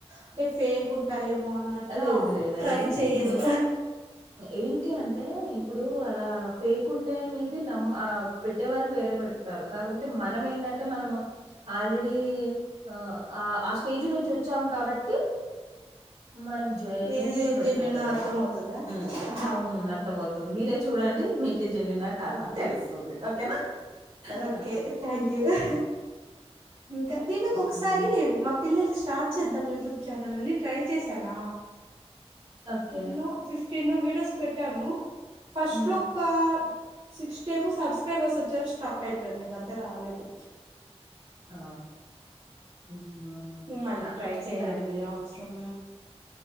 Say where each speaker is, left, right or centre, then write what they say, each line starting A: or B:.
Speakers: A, on the right; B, on the right.
A: అంటే ఫేక్ ఉంటాయేమో అన్నట్లా
B: లేదు లేదండి.
A: ట్రై చేయ్యను
B: నే ఏంటి అంటే ఇప్పుడు అలా ఫేక్ ఉంటాయి అనేది నమ్మ ఆ పెట్టే వాళ్ళు వేరే పెడతారు కాకపోతే మనం ఏంటంటే మనము ఆల్రెడీ ఆ ఆ ఆ స్టేజ్ నుంచి వచ్చాం కాబట్టి మనం జయన్యూన్గా
A: ఏది
B: పెడతాం
A: జెన్యూనో
B: కదండి
A: అర్థం అవుతదా?
B: హుమ్
A: అవునా!
B: హుమ్ అర్థం అవుతుంది మీరే చూడండి జన్యునా కాదా
A: ఆ!
B: అని తెలుస్తుంది ఓకేనా
A: ఓకే
B: ఆ!
A: థ్యాంక్ యూ రా ఇంకా దీనుక్ ఒకసారి
B: హ్మ్.
A: మా పిల్లలకి స్టార్ట్ చేద్దాం యూట్యూబ్ చానల్లని ట్రై చేసానా
B: ఓకే.
A: ఎన్నో వీడియోస్ పెట్టాను ఫస్ట్
B: హ్మ్.
A: లో ఒక సిక్స్ట్ ఏమో సబ్స్క్రైబర్స్ వచ్చారు స్ట్రక్ అయిపోయింది ఇంకంతే రాలేదు
B: ఆ హుమ్
A: మళ్ళీ
B: ఆ
A: ట్రై చేయలేదు
B: దానికి
A: నేను అవసరం